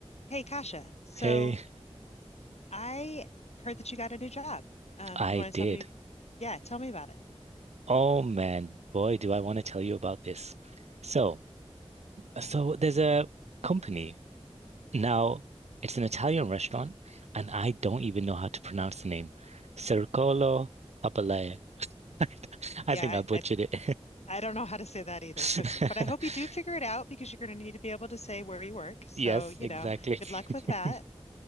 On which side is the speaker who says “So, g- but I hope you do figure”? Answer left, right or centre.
Left